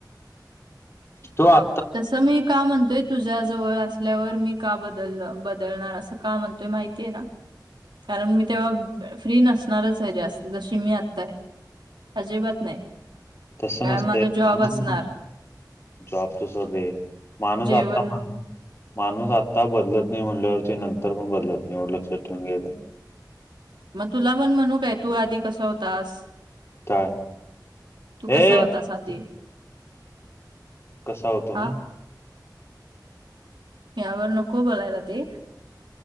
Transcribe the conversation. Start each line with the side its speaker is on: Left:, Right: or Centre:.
Left: तो आ
Right: तसं मी का म्हणतोय तुझ्या जवळ अस आपल्यावर मी का बदलल बदलणार असं का म्हणतोय माहितीय आहे ना कारण मी तेव्हा फ्री नसणारच आहे जास्त जशी मी आताय. अजिबात नाही
Left: तसं
Right: काय
Left: नसतंय
Right: माझा जॉब
Left: माणूस
Right: असणार.
Left: जॉब तू सगळे माणूस
Right: जेवण
Left: आता म्हण. माणूस आत्ता बदलत नाही. म्हणल्यावरती नंतर पण बदलत नाही एवढं लक्षात ठेवून घ्यायचं.
Right: मग तुला पण म्हणू काय तू आधी कसा होतास?
Left: काय
Right: तू कसा
Left: ए
Right: होतास आधी?
Left: तू कसा होतो
Right: हा
Left: मी?
Right: ह्यावर नको बोलायला ते